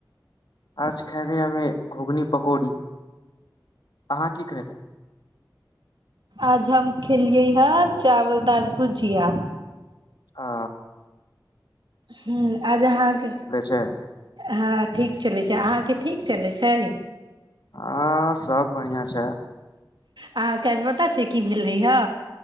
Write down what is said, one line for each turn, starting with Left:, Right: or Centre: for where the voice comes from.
Left: आज खाय रह हमे घुघनी पकौड़ी अहाँ की कहल
Right: आज हम खेलियै है चावल दाल भुजिया
Left: ह
Right: ह आज अहाँके
Left: छै
Right: हँ ठीक चलैत छै अहाँके ठीक चलैत छै
Left: आ सब बढ़िया छै
Right: अहाँके काज पता छै की भेल रैयए